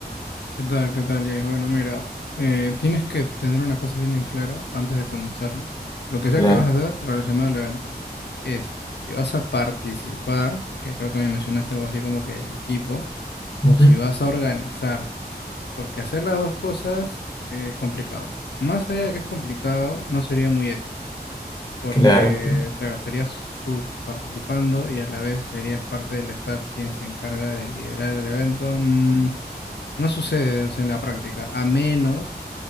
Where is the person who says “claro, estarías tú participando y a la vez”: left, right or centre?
Left